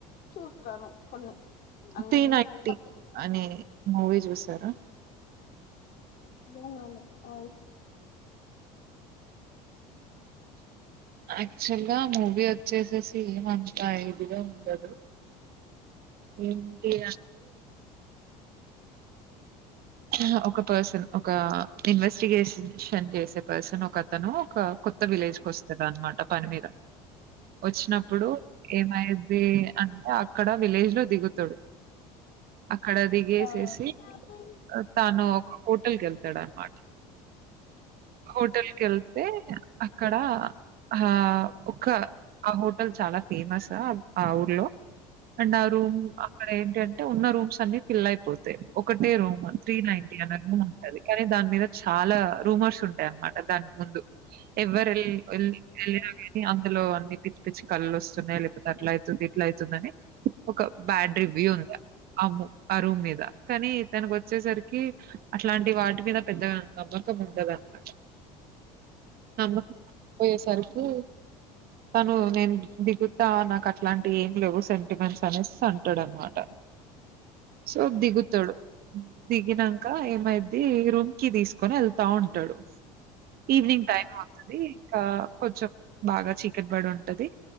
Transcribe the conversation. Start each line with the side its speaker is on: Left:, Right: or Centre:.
Left: చూస్తాను కొన్ని అన్ని
Right: త్రీ నైటీ
Left: పట్టు
Right: అనే మూవీ చూసారా
Left: ఇప్పుడేం కాలే ఆ <unintelligible>
Right: అ యాక్చువల్ గా మూవీ వచ్చేసేసి ఏమంతా ఇదిగా ఉండదు. ఏంటి అంటే ఆహా ఒక పర్సన్ ఒక ఇన్వెస్టిగేషన్షన్ చేసే పర్సన్ ఒక అతను ఒక కొ కొత్త విలేజ్ కొస్తరాన్మాట పని మీద
Left: అ
Right: వచ్చినప్పుడు ఏమైది అంటే అక్కడ విలేజ్ లో దిగుతడు అక్కడ దిగేసేసి
Left: ఆ ఓకే అదే
Right: ఆహ్, తాను ఒక హోటల్కెళ్తాడు అన్మాట హోటెల్కెళ్తే అక్కడ ఆ ఒక ఆ హోటల్ చాలా ఫేమసు ఆ ఊర్లో అండ్ ఆ రూమ్ అక్కడ ఏంటంటే ఉన్న రూమ్స్ అన్ని ఫిల్ అయిపోతాయి ఒకటే రూమ్ త్రీ నైంటీ అనే ఉంటది కనీ దాని మీద చాలా రూమర్స్ ఉంటయి అన్మాట దానికి ముందు ఎవరు వెళ్ళినా
Left: అదే
Right: కానీ అందులో అన్ని పిచ్చి పిచ్చి కళ్ళలు వస్తున్నాయి లేకపోతే అట్లా అయితుంది అయితుందనీ ఒక బ్యాడ్ రివ్యూ ఉంది అ ఆ రూమ్ మీద కానీ తనకి వ చ్చేసరికి అట్లాంటి వాటి మీద పెద్దగా నమ్మకం ఉండద అన్నమాట అమ పోయ సరుకు తను నేను దిగుతా నాకు అట్లాంటి ఏం లేవు సెంటిమెంట్స్ అనేసి అంటాడు అనమాట సో దిగుతాడు దిగినాక ఏమైది ఈ రూమ్ కీ తీసుకొని వెళ్తా ఉంటాడు ఈవినింగ్ టైమ్ అవుతుంది ఇంకా కొంచెం బాగా చీకటిబడి ఉంటది